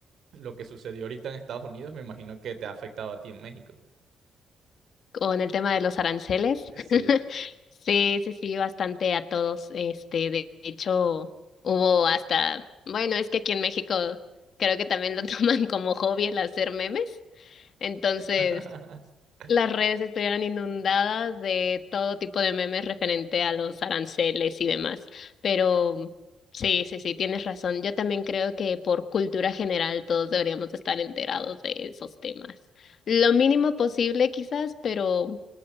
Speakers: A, on the right; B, on the left.
A: lo que sucedió ahorita en Estados Unidos, me imagino que te ha afectado a ti en México.
B: con el tema de los aranceles. <laughs>
A: Sí,
B: Sí, sí, sí, bastante a todos. Este, de hecho, hubo hasta, bueno, es que aquí en México creo que también lo <laughs> toman como hobby el hacer memes. Entonces,
A: <laughs>
B: las redes estuvieran inundadas de todo tipo de memes referente a los aranceles y demás. Pero sí, sí, sí, tienes razón. Yo también creo que por cultura general todos deberíamos estar enterados de esos temas. Lo mínimo posible quizás, pero